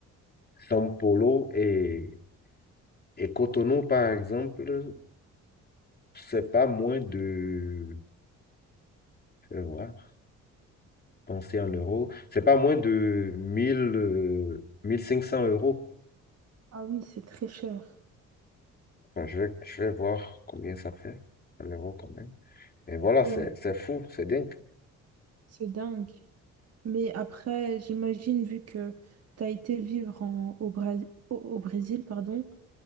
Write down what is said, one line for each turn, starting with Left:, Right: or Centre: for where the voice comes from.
Left: São Paulo et, et Cotonou, par exemple, c'est pas moins de, je vais voir, penser en euros, c'est pas moins de mille euh, 1500 euros.
Right: Ah oui, c'est très cher.
Left: Bon, je vais, je vais voir combien ça fait en euros quand même. Et voilà,
Right: Et
Left: c'est, c'est fou, c'est dingue.
Right: C'est dingue. Mais après, j'imagine, vu que tu as été vivre en- au, Bra- au- au Brésil, pardon,